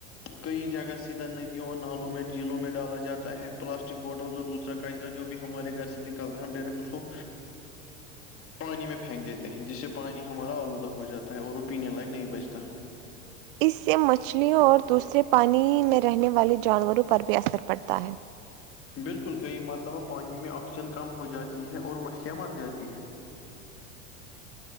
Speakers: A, on the left (about 35°); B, on the right (about 45°).
A: کئی جگہ سیدھا ندیوں اور نالوں میں جھیلوں میں ڈالا جاتا ہے پلاسٹک بوٹلس اور دوسرا کچ را جو بھی ہمارے گھر سے نکلتا ہے ہم ڈائریکٹ اس کو پانی میں پھینک دیتے ہیں جس سے پانی ہمارا آلودہ ہو جاتا ہے اور وہ پینے لائق نہیں بچتا
B: اس سے مچھلیوں اور دوسرے پانی میں رہنے والے جانوروں پر بھی اثر پڑتا ہے
A: بالکل کئی مرتبہ پانی میں آکسیجن کم ہو جاتی ہے اور مچھلیاں مر جاتی ہیں